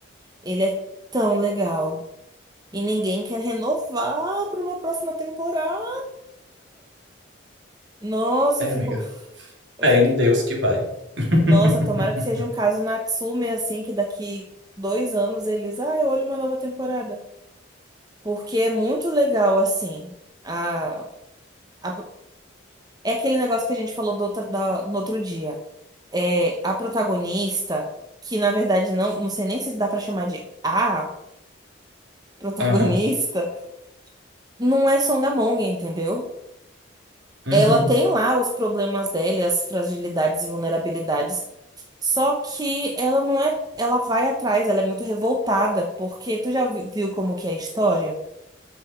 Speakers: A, on the right (about 20°); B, on the right (about 60°).
A: Ele é tão legal. E ninguém quer renovar para uma próxima temporada. Nossa,
B: É,
A: eu fico.
B: amiga.
A: Eu
B: Fé
A: só...
B: em Deus que vai. <laughs>
A: Nossa, tomara que seja um caso Natsume, assim, que daqui dois anos eles. Ah, eu olho uma nova temporada. Porque é muito legal, assim. A... a- É aquele negócio que a gente falou do outro... da- no outro dia. É a protagonista, que na verdade não. Não sei nem se dá pra chamar de a protagonista,
B: Aham.
A: não é Songamonga, entendeu?
B: Uhum.
A: Ela tem lá os problemas dela, e as fragilidades e vulnerabilidades. Só que ela não é. Ela vai atrás, ela é muito revoltada, porque tu já vi- viu como que é a história?